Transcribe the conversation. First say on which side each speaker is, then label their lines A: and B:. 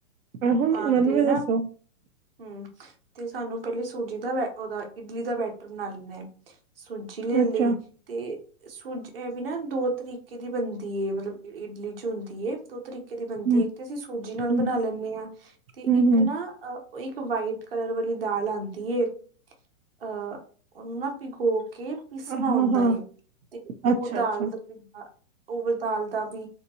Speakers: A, on the right; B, on the right.
A: ਆਹੋ
B: ਹਾਂ
A: ਮੈਨੂੰ
B: ਤੇ
A: ਵੀ
B: ਨਾ
A: ਦੱਸੋ
B: ਹੂੰ ਤੇ ਸਾਨੂੰ ਪਹਿਲੇ ਸੂਜੀ ਦਾ ਬ ਉਹਦਾ ਇਡਲੀ ਦਾ ਬੈਟਰ ਬਣਾ ਲੈਦਾ ਹੈ ਸੂਜੀ ਚਿਲੈ
A: ਅੱਛਾ
B: ਲਈ ਤੇ ਸੂਜ ਇਹ ਵੀ ਨਾ ਦੋ ਤਰੀਕੇ ਦੀ ਬਣਦੀ ਹੈ ਮਤਲਬ ਇਡਲੀ 'ਚ ਹੁੰਦੀ ਏ ਦੋ ਤਰੀਕੇ ਦੀ ਬਣਦੀ,
A: ਹੂੰ,
B: ਇੱਕ ਤੇ ਅਸੀਂ ਸੂਜੀ ਨਾਲ
A: ਹੂੰ
B: ਬਣਾ ਲੈਂਦੇ ਹਾਂ, ਤੇ
A: ਹੂੰ-ਹੂੰ,
B: ਇੱਕ ਨਾ ਉਹ ਇੱਕ ਵਾਈਟ ਕਲਰ ਵਾਲੀ ਦਾਲ ਆਂਦੀ ਏ। ਹਾਂ, ਉਹਨਾਂ ਪਿਗੋ ਕੇ ਪੀਸਣਾ
A: ਹਾਂ-ਹਾਂ,
B: ਹੁੰਦਾ ਤੇ ਉਹ
A: ਅੱਛਾ-ਅੱਛਾ,
B: ਦਾਲ ਦਾ <inaudible> ਓਵਰ ਦਾਲ ਦਾ ਵੀ